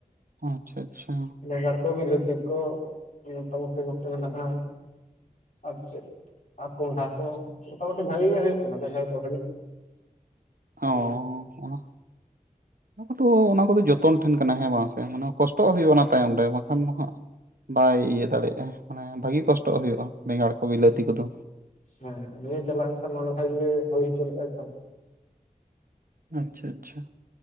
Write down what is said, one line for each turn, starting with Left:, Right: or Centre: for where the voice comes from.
Right: ᱟᱪᱪᱷᱟ ᱟᱪᱪᱷᱟ
Left: ᱵᱮᱸᱜᱟᱲ ᱠᱚ ᱵᱤᱞᱟᱹᱛᱤ ᱠᱚ ᱢᱚᱴᱟᱢᱩᱴᱤ ᱱᱚᱛᱮ ᱢᱮᱱᱟᱜᱼᱟ ᱟᱨ ᱪᱮᱫ ᱟᱨ ᱠᱚᱸᱰᱷᱟ ᱠᱚ ᱢᱚᱴᱟᱢᱩᱴᱤ ᱵᱷᱟᱹᱜᱤ ᱜᱮ ᱦᱩᱭᱩᱜ ᱠᱟᱱᱟ ᱵᱮᱸᱜᱟᱲ ᱠᱚ
Right: ᱚᱸ
Left: ᱦᱮᱸ
Right: ᱚᱱᱟ ᱫᱚ ᱚᱱᱟ ᱠᱚᱫᱚ ᱡᱚᱛᱚᱱ ᱴᱷᱮᱱ ᱠᱟᱱᱟ ᱦᱮᱸ ᱵᱟᱝ ᱢᱟᱱᱮ ᱠᱚᱥᱴᱚᱜ ᱦᱩᱭᱩᱜᱼᱟ ᱚᱱᱟ ᱛᱟᱭᱚᱢ ᱨᱮ ᱵᱟᱝ ᱠᱷᱟᱱ ᱫᱚ ᱦᱟᱸᱜ ᱵᱟᱭ ᱤᱭᱟᱹ ᱫᱟᱲᱮᱭᱟᱜᱼᱟ ᱢᱟᱱᱮ ᱵᱷᱟᱹᱜᱤ ᱠᱚᱥᱴᱚᱜ ᱦᱩᱭᱩᱜᱼᱟ ᱵᱮᱸᱜᱟᱲ ᱠᱚ ᱵᱤᱞᱟᱹᱛᱤ
Left: ᱦᱩᱸ
Right: ᱠᱚᱫᱚ
Left: ᱦᱮᱸ ᱱᱤᱭᱮ ᱪᱟᱞᱟᱣ ᱮᱱ ᱥᱮᱨᱢᱟ ᱜᱮ ᱵᱷᱟᱜᱮ ᱦᱩᱭ ᱪᱚ ᱞᱮᱜᱼᱟ ᱛᱚ
Right: ᱟᱪᱪᱷᱟ ᱟᱪᱪᱷᱟ